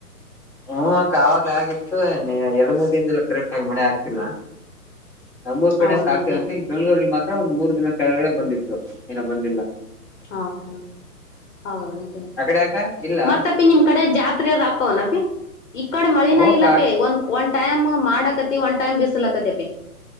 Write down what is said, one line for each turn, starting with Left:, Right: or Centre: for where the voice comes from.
Centre: ಹ್ಮ್ ಅಕ್ಕಾವಾಗ್ಲ ಆಗಿತ್ತು ನೀ ಎರಡು ಮೂರ್ ಕರೆಕ್ಟ್ ಆಗ ಮಳೆ ಆಗ್ತಿಲ್ಲ ನಮ್ಮೂ ಕಡೆ
Left: ಹೌದನಪಿ
Centre: ಅಂತ ಆಗ್ತಿರ ಅ ಇಲ್ಲಿ ಬೆಂಗಳೂರಿಲ್ಲಿತ್ತ ಒಂದ್ ಮೂರ್ ದಿನ ಕೆಳಗಡೆ ಬಂದಿತ್ತು ಏನೋ ಬಂದಿಲ್ಲ
Left: ಹಾ ಹ್ಮ ಹೌದನಕ
Centre: ಆ ಕಡೆ ಯಾಕ ಇಲ್ಲ
Left: ಮತ್ತಪಿ ನಿಮ್ ಕಡೆ ಜಾತ್ರೆ ಅದ ಹಾಕವನಪಿ ಈ ಕಡೆ ಮಳಿನ
Centre: ಹ್ಮಕ್ಕ
Left: ಇಲ್ಲಪಿ ಒಂದ ಒಂ ಟೈಮ್ ಮಾಡಕತಿ ಒಂದ್ ಟೈಮ್ ಬಿಸಲಾಕತಪ